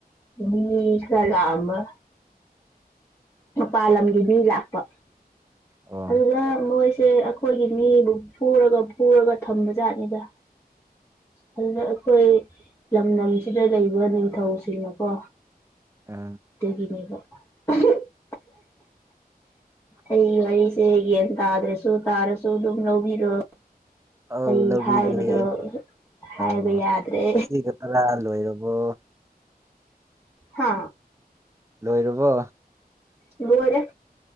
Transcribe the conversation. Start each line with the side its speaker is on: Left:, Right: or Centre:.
Left: ꯃꯤ ꯈꯔ ꯂꯥꯛꯑꯝꯕ ꯃꯄꯥꯜ ꯂꯝꯒꯤ ꯃꯤ ꯂꯥꯛꯄ
Right: ꯑꯣ
Left: ꯑꯗꯨꯗ ꯃꯣꯏꯁꯦ ꯇꯦ ꯑꯈꯣꯏꯒꯤ ꯃꯤꯕꯨ ꯐꯨꯔꯒ ꯐꯨꯔꯒ ꯊꯝꯕ ꯖꯥꯠꯅꯤꯗ ꯑꯗꯨꯗ ꯑꯩꯈꯣꯏ ꯂꯝꯗꯝꯁꯤꯗ ꯂꯩꯕ ꯅꯤꯡꯊꯧꯁꯤꯡꯅꯀꯣ
Right: ꯑ
Left: ꯑꯗꯨꯒꯤꯅꯦꯕ ꯎꯝ ꯍꯨꯝ ꯑꯩ ꯋꯥꯔꯤꯁꯦ ꯌꯦꯟ ꯇꯥꯗ꯭ꯔꯦꯁꯨ ꯇꯥꯔꯁꯨ ꯑꯗꯨꯝ ꯂꯧꯕꯤꯔꯣ
Right: ꯑꯧ
Left: ꯑꯩ
Right: ꯂꯧꯕꯤꯒꯦ
Left: ꯍꯥꯏꯕꯗꯣ ꯍꯥꯏꯕ
Right: ꯑꯧ
Left: ꯌꯥꯗ꯭ꯔꯦ
Right: ꯑꯁꯤꯒ ꯇꯔꯥ ꯂꯣꯏꯔꯕꯣ
Left: ꯍꯥ
Right: ꯂꯣꯏꯔꯕꯣ
Left: ꯂꯣꯏꯔꯦ